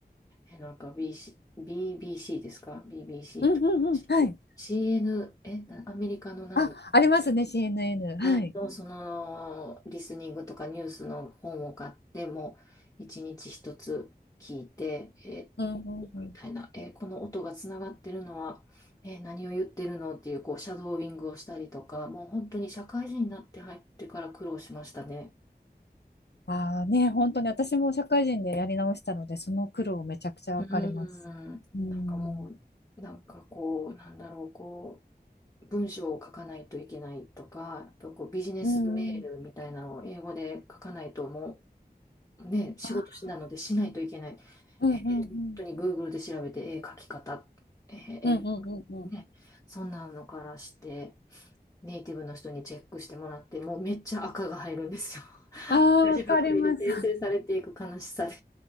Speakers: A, on the left (about 20°); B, on the left (about 85°).
A: え、なんか BC、BBC ですか ?BBC
B: うんうんうん。
A: とか C-
B: はい。
A: CN、え、なアメリカのなん
B: あ、ありますね、CNN。はい。
A: はい、とそのリスニングとかニュースの本を買ってもう一日一つ聞いて、えー
B: うんうんうん。
A: みたいな、えーこの音がつながってるのは、えー何を言ってるのっていうこうシャドーイングをしたりとかもう本当に社会人になって入ってから苦労しましたね。
B: ああね、本当に私も社会人でやり直したので、その苦労めちゃくちゃわかります。
A: うーん、
B: うん。
A: なんかもう、なんかこう、なんだろう、こう、文章を書かないといけないとか、やっぱこうビジネスメールみたいなのを英語で書かないとも
B: うんうん。
A: ね、仕事しなのでしないといけない。
B: あ、うんうんうん。
A: えー本当に Google で調べて、えー書き方、えーえ
B: うんうんうんうん。
A: ーね、そんなのからして、ネイティブの人にチェックしてもらって、もうめっちゃ赤が入るんですよ。
B: ああ、
A: <laughs> 字ばっかりで訂正されていく悲しさで。
B: わかります。